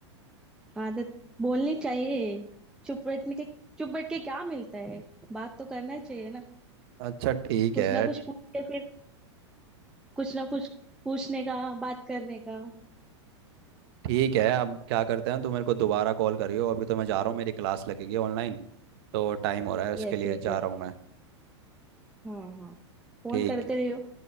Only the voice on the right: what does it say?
अच्छा ठीक
है
ठीक है अब क्या करते हैं तो मेरे को दोबारा कॉल करियो अभी तो मैं जा रहा हूँ मेरी क्लास लगेगी ऑनलाइन तो टाइम हो रहा है उसके
लिए
जा
रहा हूँ मैं
ठीक